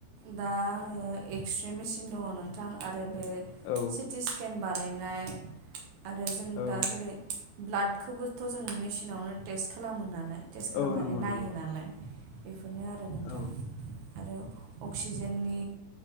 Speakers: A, on the right; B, on the left.
A: दा आङो एक्सरे मेसिन दङ नोंथां आरो बे
B: औ
A: सिटि स्केन बानायनाय आरो जों
B: औ
A: दा जेरै ब्लाड। खौबोथ' जों मेसिनावनो टेस्ट खालामो नालाय टेस्ट खालामनानै
B: औ नंगौ
A: नायो
B: नंगौ
A: नालाय। बेनो आरो नोंथां
B: औ
A: आरो अक्सिजेननि